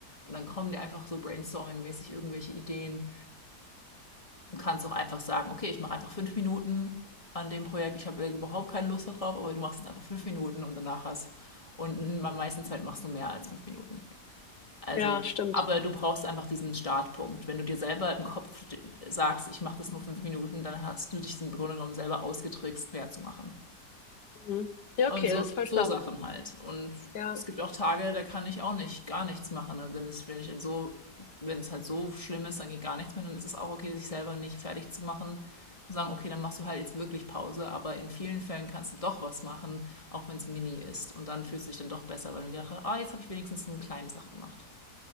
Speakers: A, on the left (about 20°); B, on the left (about 85°).
A: Und dann kommen dir einfach so brainstorming-mäßig irgendwelche Ideen. Du kannst auch einfach sagen, okay, ich mache einfach fünf Minuten an dem Projekt, ich habe überhaupt keine Lust darauf, aber du machst es einfach fünf Minuten und danach hast. Und meistens meisten Zeit machst du mehr als fünf Minuten. Also,
B: ja, stimmt.
A: aber du brauchst einfach diesen Startpunkt. Wenn du dir selber im Kopf sagst, ich mache das nur fünf Minuten, dann hast du dich im Grunde genommen selber ausgetrickst, mehr zu machen.
B: Mhm. Ja,
A: Also
B: okay, das ist voll
A: so
B: schlau.
A: Sachen halt. Und
B: Ja.
A: es gibt auch Tage, da kann ich auch nicht gar nichts machen. ne? Wenn es, wenn ich in so, wenn es halt so schlimm ist, dann geht gar nichts mehr, dann ist es auch okay, sich selber nicht fertig zu machen und sagen, okay, dann machst du halt jetzt wirklich Pause, aber in vielen Fällen kannst du doch was machen, auch wenn es mini ist. Und dann fühlst du dich dann doch besser, weil du gedacht hast, ah, jetzt habe ich wenigstens eine kleine Sache gemacht.